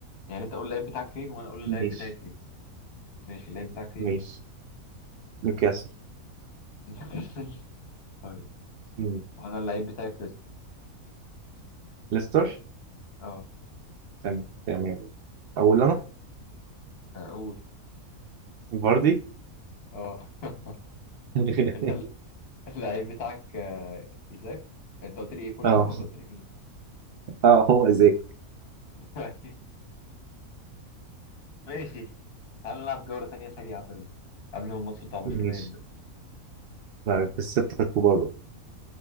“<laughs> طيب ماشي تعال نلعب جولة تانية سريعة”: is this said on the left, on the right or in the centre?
Left